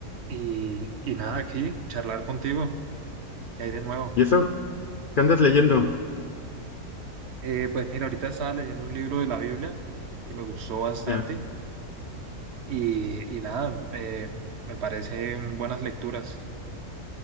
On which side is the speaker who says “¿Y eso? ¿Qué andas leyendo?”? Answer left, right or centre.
Left